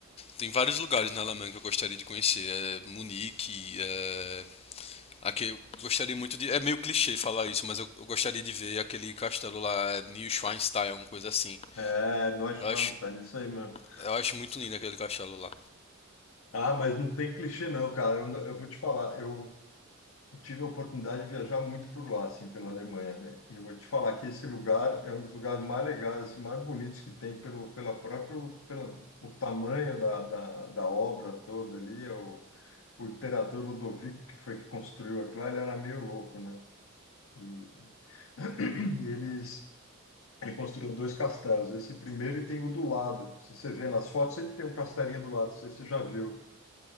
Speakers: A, on the left; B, on the left.
A: tem vários lugares na Alemanha que eu gostaria de conhecer, é, Munique, é, Aqui, eu gostaria muito de. É meio clichê falar isso, mas eu, eu gostaria de ver aquele castelo lá, New Schweinstein, uma coisa assim.
B: É, nós
A: Eu acho,
B: lá nos Estados Unidos, isso aí mesmo.
A: eu acho muito lindo aquele castelo lá.
B: Ah, mas não tem clichê não, cara. Eu, eu vou te falar, eu tive a oportunidade de viajar muito por lá, assim, pela Alemanha, né? E eu vou te falar que esse lugar é um dos lugares mais legais, assim, mais bonitos que tem pelo, pela próprio, pela, o tamanho da, da, da obra toda ali. é O, o imperador Ludovico, que foi que construiu aquilo, lá, ele era meio louco, né? E, e eles, ele construiu dois castelos. Esse primeiro e tem o do lado. Se você vê nas fotos, sempre tem um castelinho do lado, não sei se você já viu.